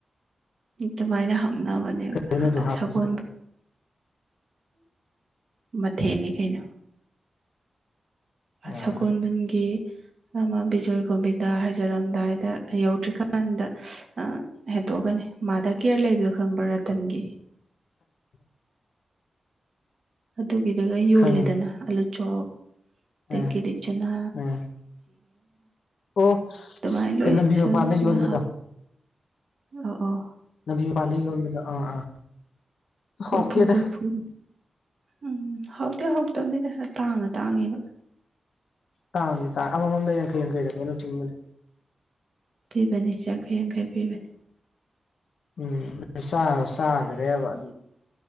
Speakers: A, on the right (about 60°); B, on the left (about 80°).
A: ꯑꯗꯨꯃꯥꯏꯅ ꯍꯥꯞꯅꯕꯅꯦꯕ
B: ꯂꯣꯏꯅꯗꯣ ꯍꯥꯞꯄꯤꯁꯦ
A: ꯁꯒꯣꯜ ꯃꯊꯦꯜꯅꯤ ꯀꯩꯅꯣ
B: ꯑꯥ
A: ꯁꯒꯣꯜꯕꯟꯒꯤ ꯑꯃ ꯕꯤꯖꯣꯏ ꯒꯣꯕꯤꯟꯗ ꯍꯥꯏꯖꯜꯂꯝꯗꯥꯏꯗ ꯌꯧꯗ꯭ꯔꯤꯀꯥꯟꯗ ꯍꯦꯇꯣꯛꯑꯒꯅꯤ ꯃꯥꯗ ꯀꯦꯌꯔ ꯂꯩꯕꯗꯣ ꯈꯪꯕ꯭ꯔꯥ ꯔꯇꯟꯒꯤ ꯑꯗꯨꯒꯤꯗꯒ ꯌꯣꯂꯗꯅ
B: ꯈꯪꯉꯦ
A: ꯑꯥꯂꯨꯆꯣꯞ
B: ꯑꯥ
A: ꯑ ꯀꯦꯂꯤꯆꯅꯥ
B: ꯑꯥ ꯑꯣ
A: ꯇꯃꯥꯏ ꯂ
B: ꯂꯝꯕꯤ
A: ꯁꯅꯁꯨꯅ
B: ꯃꯄꯥꯟꯗ ꯌꯣꯟꯕꯗꯣ
A: ꯍꯥ ꯑ ꯑꯣ
B: ꯂꯝꯕꯤ ꯃꯄꯥꯟꯗꯒꯤ ꯌꯣꯟꯕꯗꯣ ꯑꯥ ꯑꯥ ꯍꯥꯎꯇꯦꯗ
A: ꯀꯣꯔꯐꯨ ꯀꯣꯔꯐꯨ ꯎꯝ ꯍꯥꯎꯗꯤꯤ ꯍꯧꯇꯕꯅꯤꯗ ꯇꯥꯡꯅ ꯇꯥꯡꯉꯦꯕ
B: ꯇꯥꯡꯉ ꯇꯥꯡ ꯑꯃꯃꯝꯗ ꯌꯥꯡꯈꯩ ꯌꯥꯡꯈꯩꯗꯅꯦꯩꯅꯅ ꯆꯤꯡꯕꯅꯦ
A: ꯄꯤꯕꯅꯤ ꯌꯥꯡꯈꯩ ꯌꯥꯡꯈꯩ ꯄꯤꯕꯅꯤ
B: ꯎꯝ ꯁꯥꯒ ꯁꯥꯒ ꯔꯦꯗ